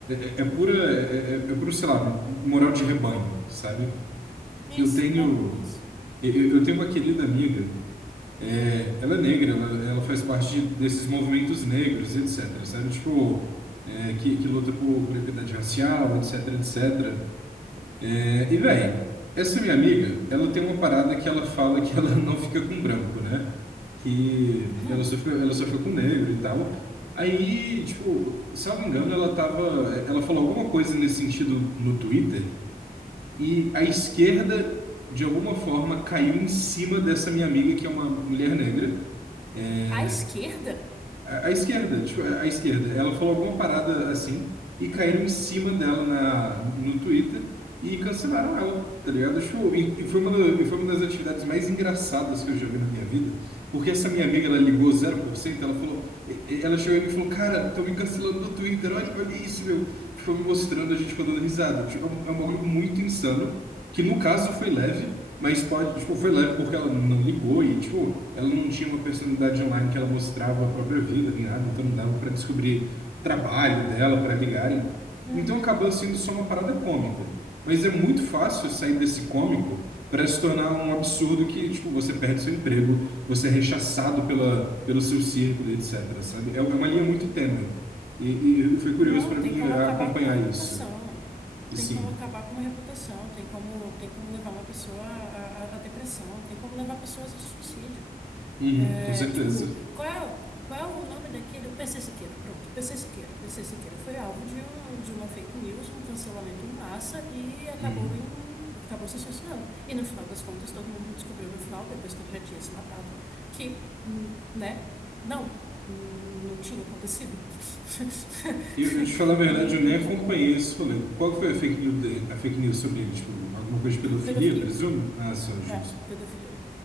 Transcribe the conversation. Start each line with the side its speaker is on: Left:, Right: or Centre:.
Right: é, é é pura, é, é, é puro, sei lá, moral de rebanho, sabe?
Centre: Isso,
Right: Eu tenho,
Centre: é, é isso.
Right: eu, eu tenho uma querida amiga, é, ela é negra, ela, ela faz parte desses movimentos negros, etc, sabe? Tipo, é, que, que luta por, por equidade racial, etc, etc. É, e, véi, essa minha amiga, ela tem uma parada que ela fala que ela <laughs> não fica com branco, né? Que
Centre: <laughs> Hum,
Right: ela só fica, ela só fica com negro e tal. Aí, tipo, salvo engano, ela tava, ela falou alguma coisa nesse sentido no Twitter e a esquerda, de alguma forma, caiu em cima dessa minha amiga, que é uma mulher negra. É,
Centre: À esquerda?
Right: a, a esquerda, tipo, a, a esquerda, ela falou alguma parada assim e caíram em cima dela na, no Twitter e cancelaram ela, tá ligado? Tipo, e, e foi uma da- e foi uma das atividades mais engraçadas que eu já vi na minha vida, porque essa minha amiga, ela ligou zero por cento ela falou, e- e- ela chegou em mim e falou, cara, tô me cancelando do Twitter, olha, olha isso, meu. Foi me mostrando, a gente foi dando risada. Tipo, É um, é um bagulho muito insano, que no caso foi leve, mas pode, tipo, foi leve porque ela não ligou e, tipo, ela não tinha uma personalidade online que ela mostrava a própria vida nem nada, então não dava pra descobrir trabalho dela pra ligarem.
Centre: Uhum.
Right: Então acabou sendo só uma parada cômica. Mas é muito fácil sair desse cômico pra se tornar um absurdo que, tipo, você perde seu emprego, você é rechaçado pela, pelo seu círculo, e etc, sabe? É, é uma linha muito tênue. E, e, e foi curioso
Centre: Não,
Right: pra
Centre: tem
Right: mim
Centre: como
Right: acompanhar
Centre: acabar com uma reputação.
Right: isso. E
Centre: Tem
Right: Sim.
Centre: como acabar com uma reputação. Tem como, tem como levar uma pessoa à, à, à depressão. Tem como levar pessoas a suicídio.
Right: Uhum,
Centre: É,
Right: com certeza.
Centre: tipo, qual é, o- qual é o nome daquele? O P C Siqueira. Pronto, o P C Siqueira. P C Siqueira foi alvo de, um, de uma fake news, um cancelamento em massa e acabou
Right: Uhum.
Centre: em, acabou se suicidando. E no final das contas, todo mundo descobriu no final, depois que ele já tinha se matado, que, n- né? Não, n- não tinha acontecido. <laughs>
Right: Eu, eu te falar a verdade,
Centre: E,
Right: eu nem
Centre: e,
Right: acompanhei
Centre: tipo,
Right: esse rolê. Qual que foi a fake news, de- a fake news sobre ele? Tipo, alguma coisa de pedofilia,
Centre: pedofilia.
Right: presumo? Ah, só, justo.
Centre: É, pedofilia.